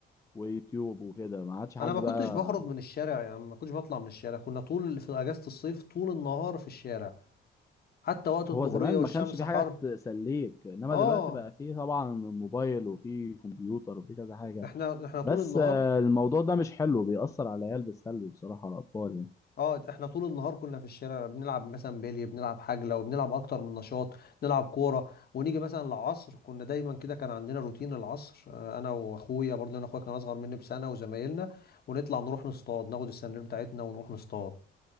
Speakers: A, on the left; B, on the left.
A: ويوتيوب وكده ما عادش حد
B: انا ما كنتش
A: بقى
B: بخرج من الشارع يا عم ما كنتش بطلع من الشارع كنا طول في اجازة الصيف طول النهار في الشارع حتى وقت الظهرية
A: هو زمان
B: والشمس
A: ما كانش في
B: حر
A: حاجة تسليك انما
B: اه
A: دلوقتي بقى فيه طبعا موبايل وفيه كمبيوتر وفيه كذا حاجة
B: احنا احنا طول
A: بس
B: النهار
A: آه، الموضوع ده مش حلو بيأثر على العيال بالسلب بصراحة على الأطفال يعني
B: اه احنا طول النهار كنا في الشارع بنلعب مثلا بيلي بنلعب حجلة وبنلعب اكتر من نشاط نلعب كورة ونيجي مثلا العصر كنا دايما كده كان عندنا روتين العصر آه، انا واخويا برضه انا اخويا كان اصغر مني بسنة وزمايلنا ونطلع نروح نصطاد ناخد السنارير بتاعتنا ونروح نصطاد